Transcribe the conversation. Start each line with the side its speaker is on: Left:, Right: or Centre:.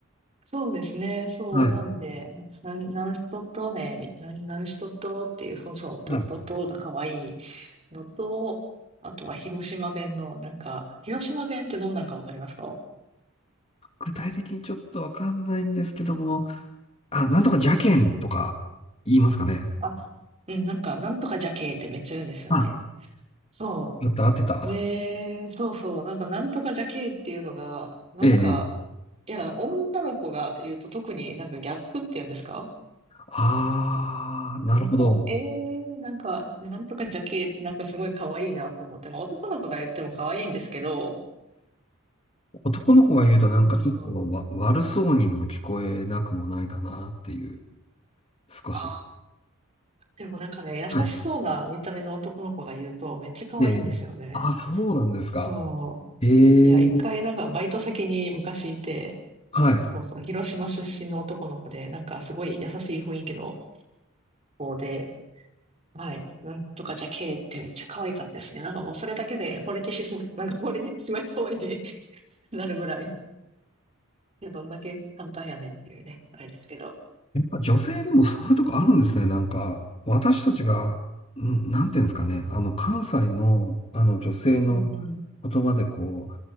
Right: そうですね。そう。
Left: はい。
Right: なんで、な何、何しとっとね、み何、何しとっとっていう、そうそう、とっとっとが可愛い
Left: はい。
Right: のと、あとは広島弁の、なんか、広島弁ってどんなんかわかりますか
Left: 具体的にちょっとわかんないんですけども、あ、なんとか邪剣とか言いますかね。
Right: あ、うん、なんか、なんとかじゃけーってめっちゃ言うんですよね。
Left: あ、
Right: そ
Left: やった、合ってた。
Right: う。で、そうそう、なんか、なんとかじゃけーっていうのが、なんか、
Left: ええ。
Right: いや、女の子が言うと特になんかギャップっていうんですか
Left: ああ、なるほど。
Right: なんか、えー、なんか、なんとかじゃけー、なんかすごい可愛いなと思って、まあ男の子が言っても可愛いんですけど、
Left: 男の子が言うとなんかちょっとわ、
Right: そうそう。
Left: 悪そうにも聞こえなくもないかなっていう、少し。
Right: あー、でもなんかね、優しそうな見た目の男の子が言うと、
Left: はい。
Right: めっちゃ可愛いんですよね。
Left: ええ。ああ、そうなんですか。
Right: そ
Left: え
Right: う。いや、
Left: え。
Right: 一回なんかバイト先に昔いて、
Left: はい。
Right: そうそう、広島出身の男の子で、なんかすごい優しい雰囲気の子で、はい、なんとかじゃけーってめっちゃ可愛かったですね。なんかもうそれだけで惚れてしまい、なんか惚れてしまいそうに <laughs> なるぐらい。いや、どんだけ簡単やねんっていうね、あれですけど。
Left: やっぱ女性でもそういうとこあるんですね。なんか、私たちが、うん、なんていうんですかね。あの、関西の、あの、女性の
Right: うんうん。
Left: 言葉でこう、